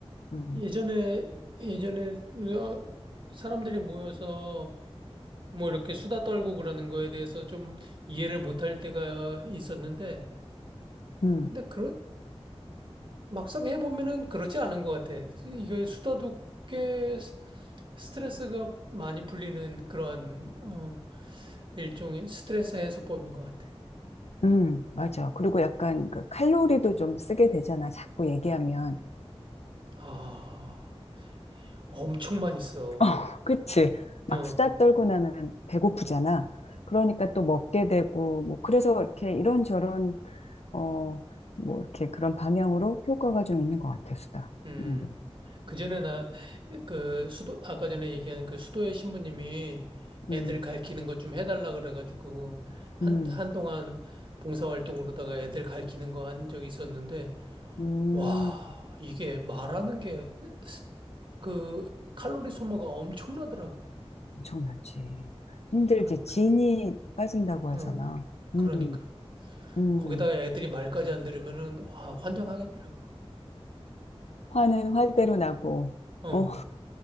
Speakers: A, on the left; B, on the right.
A: 음,
B: 예전에, 예전에 어, 사람들이 모여서 뭐 이렇게 수다 떨고 그러는 거에 대해서 좀 이해를 못할 때가 있었는데,
A: 음,
B: 근데 그런 막상 해보면은 그렇지 않은 것 같아. 이게 수다도 꽤 스- 스트레스가 많이 풀리는 그러한 어, 일종의 스트레스 해소법인 것 같아.
A: 음, 맞아. 그리고 약간 그 칼로리도 좀 쓰게 되잖아. 자꾸 얘기하면.
B: 아, 엄청 많이 써.
A: <laughs> 어, 그치. 막
B: 어.
A: 수다 떨고 나면 배고프잖아. 그러니까 또 먹게 되고, 뭐, 그래서 이렇게 이런저런, 어, 뭐, 이렇게 그런 방향으로 효과가 좀 있는 것 같아, 수다.
B: 음,
A: 음,
B: 그 전에 나, 그, 수도, 아까 전에 얘기한 그 수도의 신부님이
A: 음,
B: 애들 가르치는 것 좀 해달라 그래가지고, 한,
A: 음,
B: 한동안 봉사활동으로다가 애들 가르치는 거 한 적이 있었는데,
A: 음.
B: 와, 이게 말하는 게, 스- 그, 칼로리 소모가 엄청나더라고.
A: 엄청나지. 힘들지.
B: 그러니까.
A: 진이 빠진다고 하잖아.
B: 응, 그러니까.
A: 음, 음.
B: 거기다가 애들이 말까지 안 들으면은, 아, 환장하겠더라고.
A: 화는 화대로 나고,
B: 어,
A: 어,